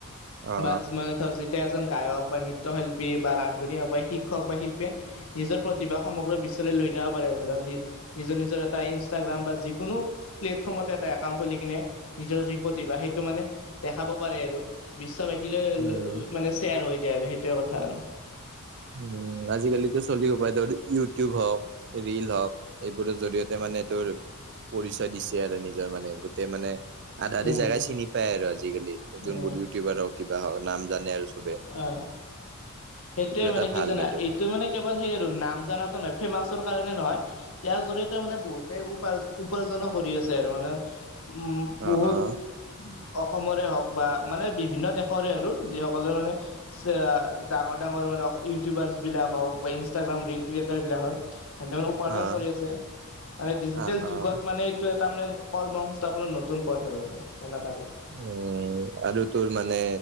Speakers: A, on the right; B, on the left.
A: অ
B: বাজ মানে ধৰ যেতিয়া এজন গায়ক বা নৃত্য শিল্পী বা ৰা শিক্ষক বা শিল্পীয়ে নিজৰ প্ৰতিভা সমগ্ৰ বিশ্বলৈ লৈ যাব পাৰে আৰু মাজত নি নিজৰ নিজৰ ট্ৰাতা ইনষ্টাগ্ৰাম বা যিকোনো প্লেটফৰ্মতে এটা একাউণ্ট খুলি কেনে নিজৰ যি প্ৰতিভা সেইটো মানে দেখাব পাৰে আৰু বিশ্ববাসীলৈ মানে
A: উম
B: শ্বেয়াৰ হৈ যায় আৰু সেইটোৱে কথা আৰু।
A: উম আজিকালিতো চলি হোপায় ধৰ ইউটিউব হওক ৰিল হওক এইবোৰৰ জৰিয়তে মানে মানে তোৰ পৰিচয় দিছে আৰু নিজৰ মানে গোটেই মানে আধা আধি
B: উম
A: জেগাই চিনি পায় আৰু আজিকালি যোনবোৰ
B: উম
A: ইউটিউবাৰ হওক কিবা হওক নাম জানে আৰু চবে।
B: অ সেইটোৱে
A: এটা
B: মানে
A: ভাল
B: কি জানা
A: কিন্তু
B: এইটো মানে কেৱল সেই আৰু নাম জানাতো নাই ফেমাচৰ কাৰণে নহয় ইয়াৰ জৰিয়তে মানে বহুতে উপাৰজ উপৰজনো কৰি আছে আৰু মানে উম বহুত
A: অ', অ',
B: অসমৰে হওক বা মানে বিভিন্ন দেশৰে আৰু যি হওক। মানে চে ডাঙৰ ডাঙৰ মানে ইউটিউবাৰছ বিলাক হওক বা ইনষ্টাগ্ৰাম ৰিল ক্ৰিয়েটাৰ বিলাক সিহঁতে মানে উপাৰ্জন
A: অ',
B: কৰি আছে, আৰু এই ডিজিটেল
A: অ', অ',
B: যুগত মানে এইটো এটা তাৰ মানে কৰ্ম সংস্থাপনৰ নতুন পথ আৰু। সেনেকা আৰু
A: উম আৰু তোৰ মানে